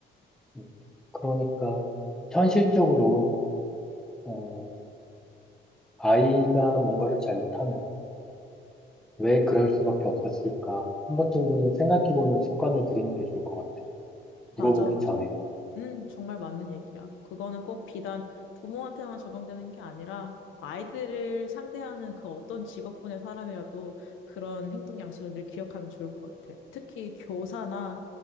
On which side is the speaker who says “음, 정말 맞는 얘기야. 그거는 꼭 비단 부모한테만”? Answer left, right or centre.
Left